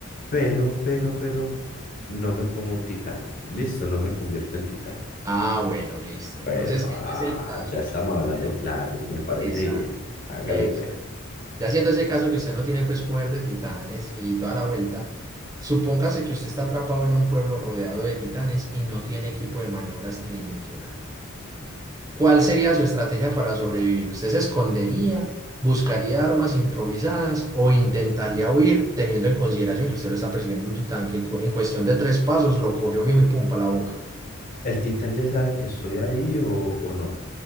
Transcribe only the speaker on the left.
Pero, pero, pero, no me como un titán. Listo, no me convierto en titán.
Bueno,
ah,
ya estamos
hablando
claros, me parece
bien. Hágale,
pe.
¿El titán ya sabe que estoy ahí o, o no?